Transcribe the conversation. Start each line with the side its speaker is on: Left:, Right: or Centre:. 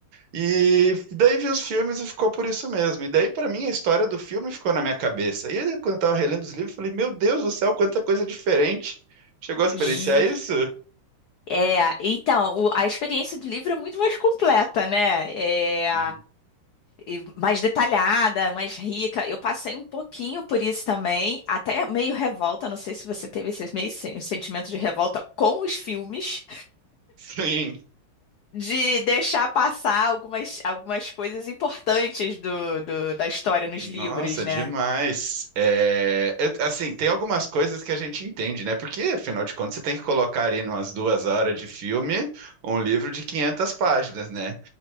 Right: E daí vi os filmes e ficou por isso mesmo. E daí, pra mim, a história do filme ficou na minha cabeça. E aí, quando eu tava relendo os livros, eu falei: Meu Deus do céu, quanta coisa diferente. Chegou a experienciar
Left: ju-
Right: isso?
Left: é, então, o- a experiência do livro é muito mais completa, né? É,
Right: Sim.
Left: e mais detalhada, mais rica. Eu passei um pouquinho por isso também, até meio revolta. Não sei se você teve esse meio sen- sentimento de revolta com os filmes.
Right: Sim.
Left: de deixar passar algumas, algumas coisas importantes do, do- da história nos
Right: Nossa,
Left: livros, né?
Right: demais. É, eu- assim, tem algumas coisas que a gente entende, né? Porque, afinal de contas, você tem que colocar ali umas duas horas de filme um livro de 500 páginas, né?